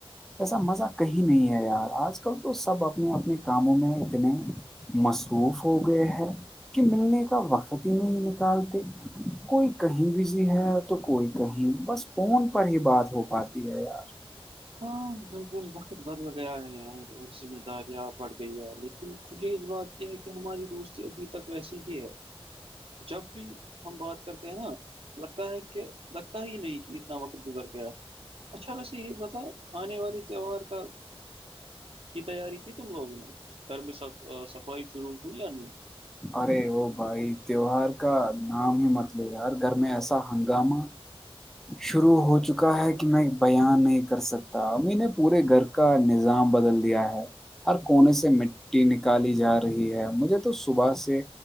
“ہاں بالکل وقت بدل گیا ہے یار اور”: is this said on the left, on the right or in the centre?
Right